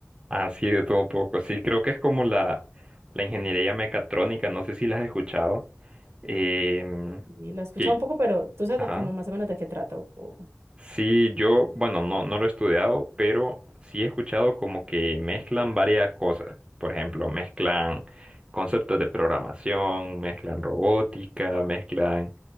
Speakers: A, on the right; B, on the right.
A: así de todo un poco. Sí, creo que es como la, la ingeniería mecatrónica, no sé si la has escuchado. Em,
B: Y la he escuchado
A: que,
B: un poco, pero tú sabes
A: ajá.
B: de cómo más o menos de qué trata. o- o-
A: Sí, yo, bueno, no, no lo he estudiado, pero sí he escuchado como que mezclan varias cosas. Por ejemplo, mezclan conceptos de programación, mezclan robótica, mezclan